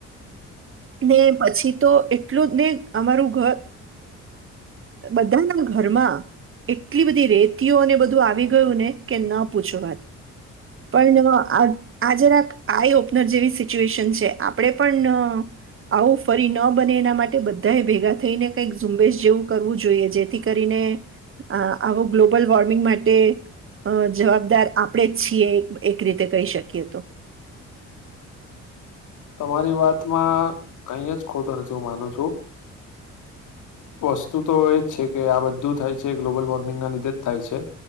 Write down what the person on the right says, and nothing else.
ને પછી તો એટલું ને અમારું ઘર બધાના ઘરમાં એટલી બધી રેતીઓ અને બધું આવી ગયું ને કે ન પૂછ વાત પણ આજ રા આઈ ઓપનર જેવી સિચ્યુએશન છે આપણે પણ આવું ફરી ન બને એના માટે બધાએ ભેગા થઈને કંઈક ઝુંબેશ જેવું કરવું જોઈએ જેથી કરીને અ આવો ગ્લોબલ વોર્મિંગ માટે જવાબદાર આપણે જ છીએ એક રીતે કહી શકીએ તો